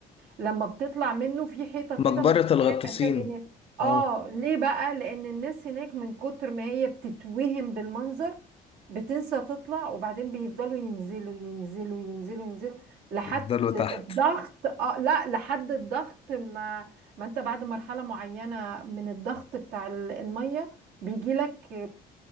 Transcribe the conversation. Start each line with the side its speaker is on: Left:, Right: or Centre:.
Right: لما بتطلع منه في حيطه كده
Left: مقبرة
Right: مكتوب
Left: الغطاسين
Right: عليها اسامي الناس اه
Left: أه
Right: ليه بقى لان الناس هناك من كتر ما هي بتتوهم بالمنظر بتنسى تطلع وبعدين بيفضلوا ينزلوا ينزلوا ينزلوا ينزلوا لحد
Left: بيفضلوا تحت
Right: الضغط اه لا لحد الضغط ما ما انت بعد مرحله معينه من الضغط بتاع ال- الميه بيجي لك